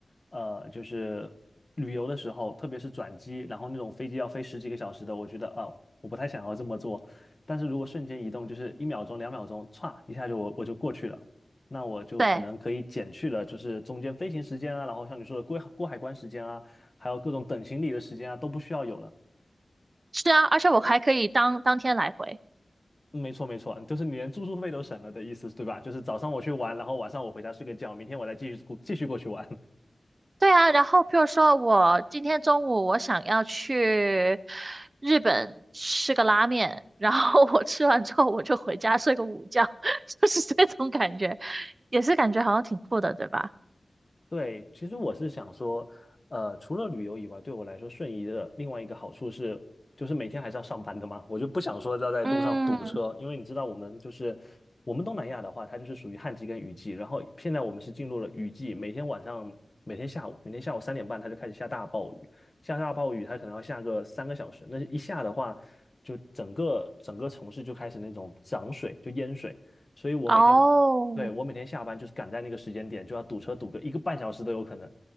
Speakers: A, on the left; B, on the right.
A: 呃，就是旅游的时候，特别是转机，然后那种飞机要飞十几个小时的，我觉得哦，我不太想要这么做。但是如果瞬间移动，就是一秒钟、两秒钟，歘一下就我我就过去了，那我就可能可以减去了，
B: 对，
A: 就是中间飞行时间啊，然后像你说的过过海关时间啊，还有各种等行李的时间啊，都不需要有了。
B: 是啊，而且我还可以当当天来回。
A: 没错，没错，就是你连住宿费都省了的意思，对吧？就是早上我去玩，然后晚上我回家睡个觉，明天我再继续过继续过去玩。
B: 对啊，然后譬如说我今天中午我想要去日本吃个拉面，然后我吃完之后我就回家睡个午觉，<laughs> 就是这种感觉，也是感觉好像挺酷的，对吧？
A: 对，其实我是想说，呃，除了旅游以外，对我来说，瞬移的另外一个好处是，就是每天还是要上班的嘛，我就不想说要在路上堵车，
B: 嗯，
A: 因为你知道我们就是我们东南亚的话，它就是属于旱季跟雨季，然后现在我们是进入了雨季，每天晚上、每天下午、每天下午三点半它就开始下大暴雨，下大暴雨它可能要下个三个小时，那一下的话，就整个整个城市就开始那种涨水，就淹水。所以我每天
B: 哦，
A: 对，我每天下班就是赶在那个时间点，就要堵车堵个一个半小时都有可能，